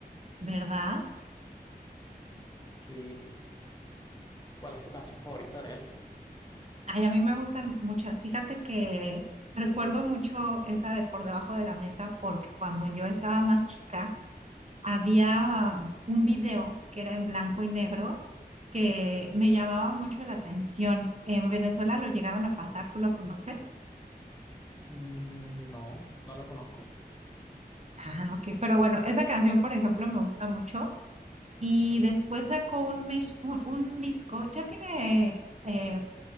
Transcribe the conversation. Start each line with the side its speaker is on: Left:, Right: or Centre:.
Right: ¿verdad?
Left: Sí, ¿cuál es tu canción favorita de él?
Right: Ay, a mí me gustan muchas. Fíjate que recuerdo mucho esa de Por debajo de la mesa porque cuando yo estaba más chica había um, un video que era en blanco y negro que me llamaba mucho la atención. En Venezuela lo llegaron a pasar, ¿tú lo conoces?
Left: Mm, No, no la conozco.
Right: Ah, ok. Pero bueno, esa canción, por ejemplo, me gusta mucho. Y
Left: Ok,
Right: después sacó un, mex- un, un disco, ya tiene eh,